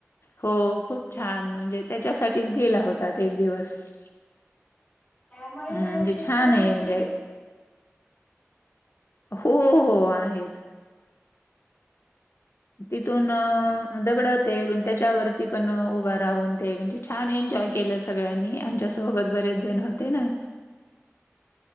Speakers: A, on the left (about 60°); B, on the left (about 15°).
A: हो खूंप छान म्हणजे त्यांच्यासाठीच गेलां होतां एक दिवसं
B: त्या मरीन
A: हम्मं
B: ड्राईव्हचे
A: ते
B: इथे
A: छान
B: दगड
A: आहे
B: पण
A: म्हणजे
B: आहेत ना
A: हो हो आहेतं तिथूंन दगंड ते त्यांच्यावरची पणं उभां राहूंन ते म्हणजे छान एन्जॉय केलं सगळ्यांनी आमच्या सोबतं बरेच जणं होते नां